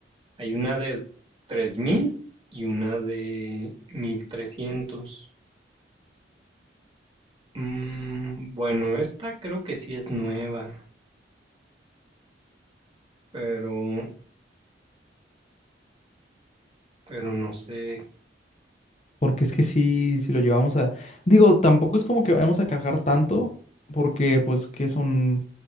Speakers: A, on the right; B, on the left.
A: Hay una de tres mil y una de mil trescientos. Mm, bueno, esta creo que sí es nueva, pero, pero no sé.
B: Porque es que sí, si lo llevamos a. Digo, tampoco es como que vayamos a cargar tanto. Porque, pues, que son